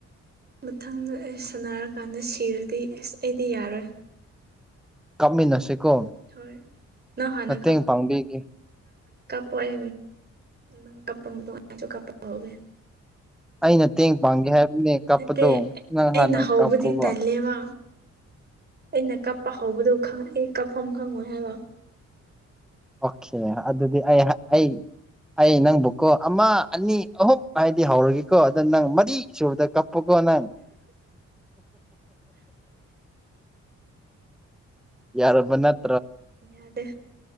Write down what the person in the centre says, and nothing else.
ꯀꯥꯞꯃꯤꯟꯅꯁꯤꯀꯣ
ꯃꯇꯦꯡ ꯄꯥꯡꯕꯤꯒꯦ
<inaudible> ꯑꯩꯅ ꯇꯦꯡ ꯄꯥꯡꯒꯦ ꯍꯥꯏꯕꯅꯤꯅꯦ ꯀꯞꯄꯗꯣ
ꯅꯪ
ꯍꯥꯟꯅ
ꯀꯥꯞꯄꯣꯕ꯫
ꯑꯣꯀꯦ ꯑꯗꯨꯗꯤ ꯑꯩ ꯑꯩ ꯑꯩ ꯅꯪꯕꯨꯀꯣ ꯑꯃ ꯑꯅꯤ ꯑꯍꯨꯝ ꯍꯥꯏꯗꯤ ꯍꯧꯔꯒꯦꯀꯣ ꯑꯗꯨ ꯅꯪ ꯃꯔꯤ ꯁꯨꯕꯗ ꯀꯞ ꯄꯨꯀꯣ ꯅꯪ ꯌꯥꯔꯕ ꯅꯠ